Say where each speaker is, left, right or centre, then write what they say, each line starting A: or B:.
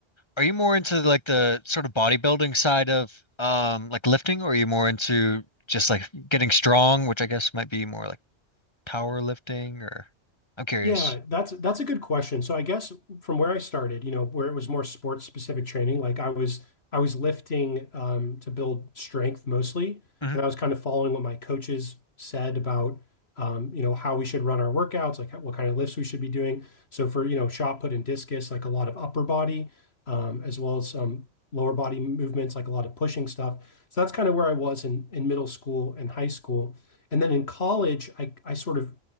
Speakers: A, on the left; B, on the left.
A: are you more into like the sort of bodybuilding side of um like lifting or are you more into just like getting strong, which I guess might be more like power lifting or I'm curious.
B: Yeah, that's that's a good question. So I guess from where I started, you know, where it was more sports specific training, like I was I was lifting um, to build strength mostly,
A: hmm
B: and I was kind of following what my coaches said about um, you know how we should run our workouts, like what kind of lifts we should be doing. So for you know shot put and discus, like a lot of upper body, um, as well as some lower body movements, like a lot of pushing stuff. So that's kind of where I was in in middle school and high school. And then in college, I, I sort of